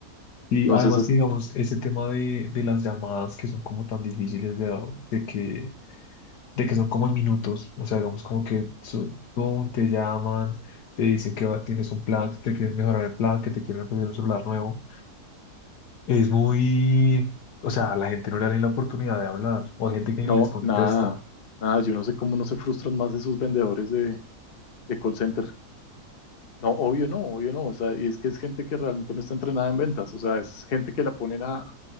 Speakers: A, on the left; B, on the left.
A: Y
B: Entonces,
A: además
B: es-
A: que, digamos, ese tema de, de las llamadas que son como tan difíciles de, de que de que son como en minutos, o sea, digamos como que so- tú te llaman, te dicen que va- tienes un plan, que te quieren mejorar el plan, que te quieren ofrecer un celular nuevo. Es muy, o sea, a la gente no le da ni la oportunidad de hablar, o hay gente que
B: no,
A: ni les contesta.
B: nada, nada, yo no sé cómo no se frustran más esos vendedores de, de call center. No, obvio no, obvio no. O sea, y es que es gente que realmente no está entrenada en ventas. O sea, es gente que la ponen a, a-